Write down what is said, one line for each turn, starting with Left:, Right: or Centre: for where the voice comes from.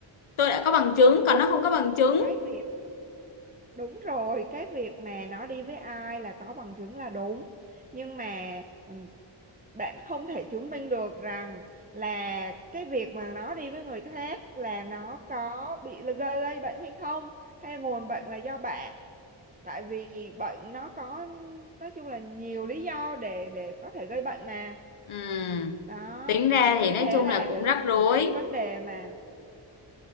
Left: tôi đã có bằng chứng còn nó không có bằng chứng
Right: cái việc Đúng rồi, cái việc mà nó đi với ai là có bằng chứng là đúng. Nhưng mà ừ, bạn không thể chứng minh được rằng là cái việc mà nó đi với người khác là nó có bị gây lây bệnh hay không, hay nguồn bệnh là do bạn. Tại vì bệnh nó có nói chung là nhiều lý do để để có thể gây bệnh mà.
Left: Ừm,
Right: Đó.
Left: tính ra thì
Right: Nên
Left: nói
Right: thế
Left: chung
Right: là
Left: là cũng rắc
Right: ừ,
Left: rối
Right: cái vấn đề mà